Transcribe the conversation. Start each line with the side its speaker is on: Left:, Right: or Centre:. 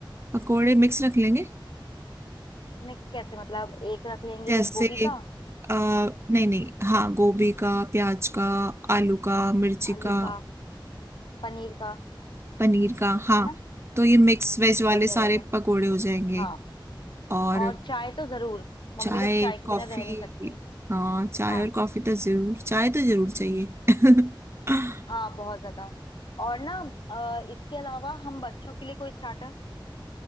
Right: पकोड़े मिक्स रख लेंगे
Left: मिक्स कैसे मतलब एक रख लेंगे
Right: जैसे
Left: गोभी का
Right: आ, नहीं नहीं हाँ गोभी का प्याज का आलू का मिर्ची
Left: आलू
Right: का
Left: का पनीर का
Right: पनीर का हाँ
Left: है ना
Right: तो ये मिक्स वेज वाले
Left: बढ़िया
Right: सारे
Left: रहेगा
Right: पकोड़े हो जाएंगे
Left: हाँ
Right: और
Left: और चाय तो जरूर मम्मी
Right: चाय
Left: लोग चाय के
Right: कॉफी
Left: बिना रह नहीं सकती
Right: हाँ चाय
Left: हाँ
Right: और कॉफी तो जरूर चाय तो जरूर चाहिए <laughs>
Left: हाँ बहुत ज्यादा और ना अ, इसके अलावा हम बच्चों के लिए कोई स्टार्टर